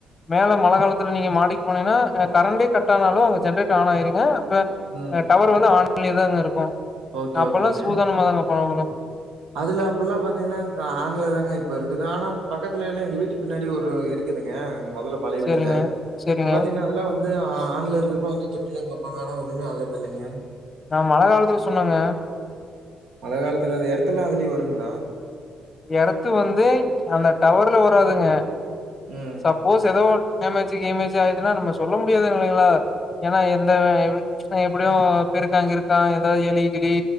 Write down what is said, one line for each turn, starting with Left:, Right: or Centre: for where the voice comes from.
Left: மேல மழை காலத்துல நீங்க மாடி போனீன்னா அ கரண்டே கட் ஆனாலும் அவுங்க ஜென்ரேட்டர் ஆன் ஆயிருங்க வ
Right: ம்
Left: அ டவர் வந்து ஆன் ஆன்லயேதாங்க இருக்கு
Right: ஓகே
Left: அப்பல்லா
Right: ஓகேங்க
Left: சூதானமா தாங்க போகனு
Right: அதுல அப்பல்லாம் பாத்தீங்கன்னா ஆன்ல தாங்க இப்ப இருக்குது ஆனா பக்கத்துல எல்லா எங்க வீட்டு பின்னாடி ஒரு இருக்குதுங்க முதல்ல பழைய
Left: சேரிங்க
Right: வீட்டுல
Left: சேரிங்க
Right: இப்ப பாத்தீங்கன்னா அதெல்லாம் வந்து து ஆ ஆன்ல இருக்கப்ப வந்து தொட்டெல்லாம் பார்ப்பாங்க ஆனா ஒண்ணுமே ஆகுறது இல்லைங்க
Left: அ மழ காலத்துக்கு சொன்னேங்க
Right: மழ காலத்துல அந்த எர்த்துல்லா அதுலேயே வருங்களா
Left: ஏர்த்து வந்து அந்த டவர்ல வராதுங்க
Right: ம்
Left: சப்போஸ் ஏதோ டேமேச்சு கிமேச்சி ஆயதுன்னா நம்ம சொல்ல முடியாது இல்லைங்களா ஏன்னா எந்த வ எப்டி அ எப்படியு பெருக்கா கிருக்கான் இருக்கா எதாவது எலி கிலி